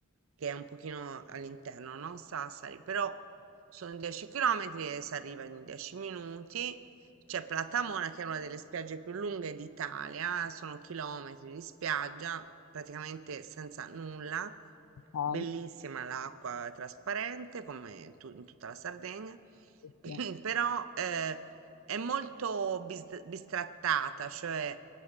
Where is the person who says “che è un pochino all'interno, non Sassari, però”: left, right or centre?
Right